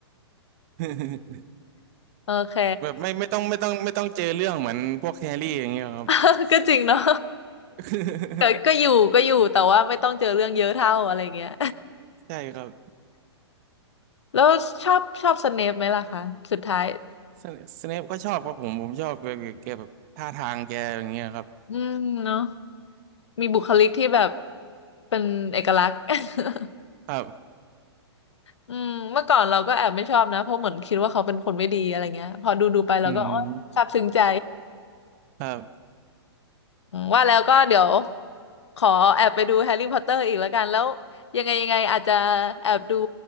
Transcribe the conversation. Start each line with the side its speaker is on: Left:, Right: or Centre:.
Right: <laughs>
Left: <laughs> โอเค
Right: แบบไม่ไม่ต้องไม่ต้องไม่ต้องเจอเรื่องเหมือนพวกแฮร์รี่อย่างเงี้ยครับ
Left: <laughs> ก็จริงเนาะ
Right: <laughs>
Left: <laughs> ก็ก็อยู่ก็อยู่แต่ว่าไม่ต้องเจอเรื่องเยอะเท่าอะไรเงี้ย
Right: ใช่ครับ
Left: แล้วชอบชอบสเนปไหมล่ะคะสุดท้าย
Right: สเนสเนปก็ชอบครับผมผมชอบแกแกแบบท่าทางแกอย่างเงี้ยครับ
Left: อืมเนาะมีบุคลิกที่แบบเป็นเอกลักษณ์ <laughs>
Right: ครับ
Left: อืมเมื่อก่อนเราก็แอบไม่ชอบนะเพราะเหมือนคิดว่าเขาเป็นคนไม่ดีอะไรเงี้ยพอดูดูไปเราก็โอ๊ยซาบซึ้งใจ
Right: อืมครับ
Left: อืมว่าแล้วก็เดี๋ยวขอแอบไปดูแฮร์รี่พอตเตอร์อีกแล้วกันแล้วยังไงยังไงอาจจะแอบดู